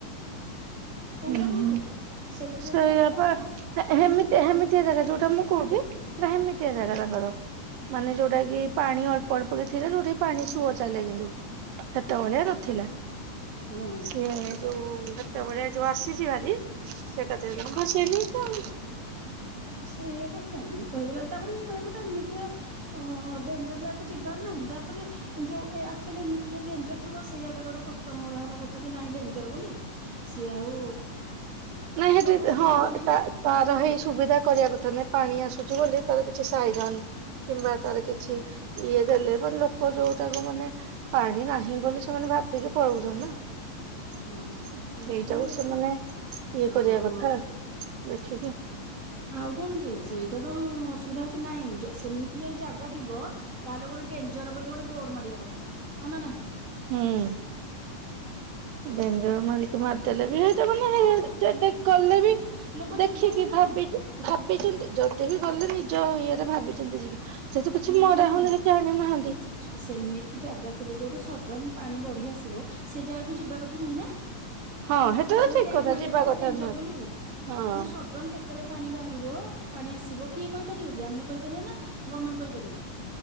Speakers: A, on the right (about 50°); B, on the right (about 85°).
A: କଣ
B: ହଁ
A: କରିବୁ
B: ହୁଁ,
A: ତୁ ସେଇଠି ପୁଣି
B: ସେଇଆ
A: ଯାଇଥିଲେ
B: ପା।
A: କି ନାହିଁ
B: ହେ ହେମିତି ହେମିତିଆ ଜାଗା ଯୋଉଟା ମୁଁ କହୁଛି ହେମିତିଆ ଜାଗା ତାଙ୍କର। ମାନେ ଯୋଉଟା କି ପାଣି ଅଳ୍ପ ଅଳ୍ପକେ ଥିଲା ଯୋଉଠିକି ପାଣି ସୁଅ ଚାଲେ କିନ୍ତୁ ସେତବେଳେ ନଥିଲା।
A: ହଁ
B: ସିଏ ଯୋଉ ହେତେବେଳେ ଯୋଉ ଆସିଛି ଭାରି ସେ ଏକଥାରେ <unintelligible> ହଁ ସେମିତି ଆଉ।
A: ସେଇଆ ପା କଣ କହିବ ଲାଲି ତାପରେ ମୁଁ କହିବା କଥା ଏମିତିଆ ଅ ଡେଞ୍ଜର ଜାଗାକୁ ଯିବାର ନାହିଁ, ତାପରେ ଯୋଉ ଏ ଆକ୍ଚୋଲି ଏମିତି ଯୋଉ ଡେଞ୍ଜର ଥିବ ସେଇ ଆଗରେ ଗୋଟ ପୋଷ୍ଟର ମରାହବା କଥା କି ନାଇଁ ଡେଞ୍ଜର ବୋଲି? ସିଏ ଆଉ
B: ନାଇଁ ହେଠି
A: ଲୋକ ଏଠିକି
B: ହଁ
A: ଯିବେନି
B: ତା
A: ନା ସେମିତି
B: ତାର
A: ଜାଗାରେ
B: ହେଇ ସୁବିଧା କରିବା କଥା ନାଇଁ। ପାଣି ଆସୁଛି ବୋଲି ତାର କିଛି ସାଇରନ କିମ୍ବା ତାର କିଛି ଇଏ ଦେଲେ ମାନେ ଲୋକ ଯୋଉଟାକୁ ମାନେ ପାଣି ନାହିଁ ବୋଲି ସେମାନେ ଭାବିକି ପଳଉଛନ୍ତିନା।
A: ହଁ ସେଇଆ
B: ସେଇଟାକୁ
A: ତ ହେଲା କଥା
B: ସେମାନେ ଇଏ
A: ଆଉ
B: କରିବା କଥା, ଦେଖିକି।
A: ଆଉ କଣ କି, ସେଇଟା ତ ଅସୁବିଧା ହଉଛି, ନାଇଁ ସେମିତି ଯଦି ଜାଗା ଥିବ। ତାହେଲେ ଗୋଟେ ଡେଞ୍ଜର ବୋଲି ଗୋଟେ ବୋର୍ଡ ମାରିବା କଥା, ହଁ ନା ନାଇଁ?
B: ହୁଁ, ଡେଞ୍ଜର ମାରିକିଵା ଦେଲେ ବି ହେଇଟା ମାନେ
A: ହଁ
B: ଯେଗଲେ ବି
A: ଲୋକ
B: ଦେଖିକି
A: ଯିବେନି ନା
B: ଭାବିିକି। ଭାବିଛନ୍ତି, ଯଦିବି ଗଲେ ନିଜ ଇଏରେ ଭାବିଛନ୍ତି ଯିବେ। ସେତୁ କିଛି
A: ନାଇଁ
B: ବି ମରା
A: ନାଇଁ
B: ହଉନି କି ଜାଣିନାହାନ୍ତି।
A: ଜ- ସେମିତି ଜାଗା ଥିଲେ ଯୋଉଠି ସଡନ ପାଣି ବଢି ଆସିବ, ସେ ଜାଗାକୁ ଯିବା କଥା ନୁହେଁ ନା?
B: ହଁ ହେଟା ତ
A: ସେଟି
B: ଠିକ
A: ଟ୍ୟାଗ୍ ମାରିବା
B: ଯିବା
A: କଥା, ଡେଞ୍ଜର
B: ନୁହେଁ।
A: ବୋଲି।
B: ହଁ
A: କାହିଁକି ନା ସଡନ କେତେ ଯେତେବେଳେ ପାଣି ବାହାରିବ, ପାଣି ଆସିବ, କିଏ କହିପାରିବ କି? ଆମେ କହିପାରିବା ନା ଗଭର୍ଣମେଣ୍ଟ କହିପାରିବ?